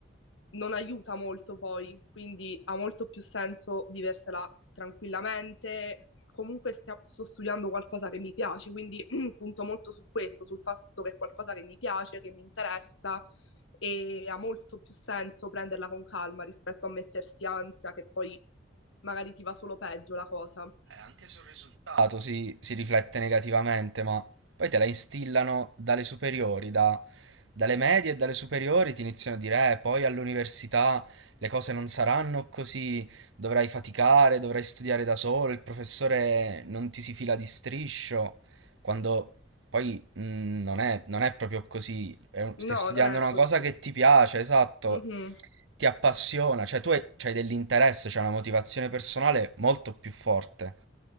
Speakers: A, on the left; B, on the right.
A: non aiuta molto poi, quindi ha molto più senso viversela tranquillamente. Comunque stia- sto studiando qualcosa che mi piace, quindi punto molto su questo, sul fatto che è qualcosa che mi piace, che mi interessa e ha molto più senso prenderla con calma rispetto a mettersi ansia che poi magari ti va solo peggio la cosa.
B: Eh, anche sul risultato si, si riflette negativamente, ma poi te la instillano dalle superiori, da- dalle medie e dalle superiori ti iniziano a dire, eh, poi all'università le cose non saranno così, dovrai faticare, dovrai studiare da solo, il professore non ti si fila di striscio, quando poi mh, non è, non è proprio così, è un-
A: No,
B: stai studiando
A: non è
B: una
A: così.
B: cosa che ti piace, esatto,
A: Mhm,
B: ti appassiona, cioè tu hai, c'hai dell'interesse, c'è una motivazione personale molto più forte.